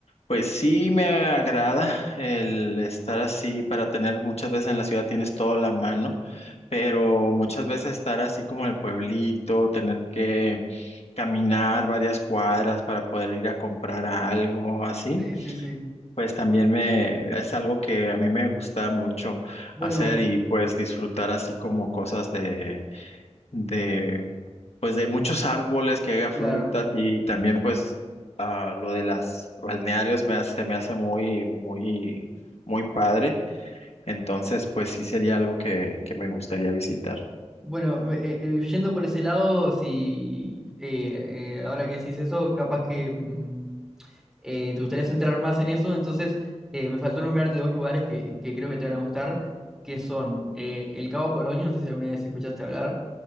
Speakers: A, on the left; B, in the centre.
A: Pues sí me agrada el estar así para tener muchas veces en la ciudad tienes todo a la mano, pero muchas veces estar así como en el pueblito, tener que caminar varias cuadras para poder ir a comprar algo así,
B: sí, sí, sí.
A: pues también me es algo que a mí me gusta mucho
B: Bueno,
A: hacer y pues disfrutar así como cosas de de, pues de muchos árboles que haga frutas
B: claro.
A: y también pues ah, lo de las balnearios me hace, me hace muy, muy, muy padre. Entonces, pues sí sería algo que, que me gustaría visitar.
B: Bueno, me- eh, eh, yendo por ese lado, si eh, eh, ahora que decís eso, capaz que mm, eh, te gustaría centrar más en eso, entonces eh, me faltó nombrarte dos lugares que, que creo que te van a gustar, que son eh, el Cabo Polonio, no sé si alguna vez escuchaste hablar.